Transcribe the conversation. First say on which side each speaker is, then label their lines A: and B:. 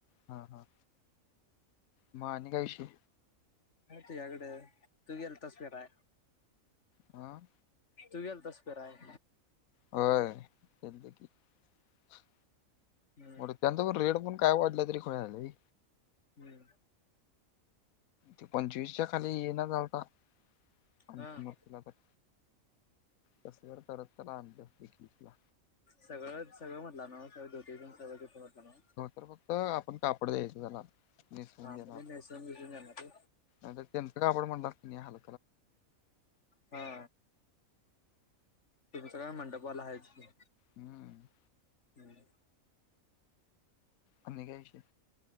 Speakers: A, on the left (about 85°); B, on the left (about 55°).
A: हा हा. मग आणि काय विषय.
B: ह तुझ्याकडं तू गेलतास फिराय.
A: आ.
B: तु गेलं तास फिराय.
A: होय केलंत की <unintelligible>
B: हम्म
A: त्यानंतर रेट पण काय वाढला तरी खुळया वनी.
B: हम्म.
A: तो पंचवीस च्या खाली इना झालता. <unintelligible>
B: हा
A: कसं तर करत त्याला आणलं एकवीसला.
B: सगळं सगळं म्हटलं ना सग धोती पण सगळं तिथे म्हटला नवं.
A: हो तर फक्त आपण कापड द्यायचं. त्याला निेसवून
B: हा
A: देणारं.
B: म्हणजे नेसून बिसून जाणार ते
A: आणि त्यांच का कापड म्हणलास कणी हाल
B: हा. तुमचं काय मंडपवाला हायच की.
A: हम्म.
B: हम्.
A: आणि काय विषय.